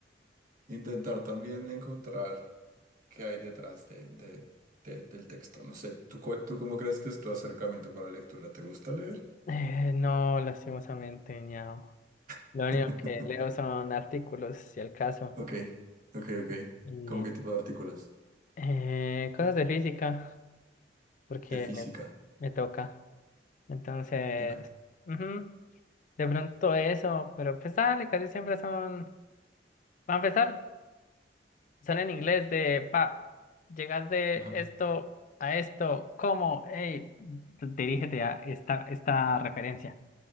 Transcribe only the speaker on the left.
Eh, no, lastimosamente, ñao.
Lo único que leo son artículos, si el caso,
y
eh, cosas de física, porque
me, me toca. Entonces,
ujú, de pronto eso, pero pues dale, casi siempre son... Para empezar. Son en inglés de, pa, llegas de
esto a esto, ¿cómo? hey dirígete a esta, esta referencia.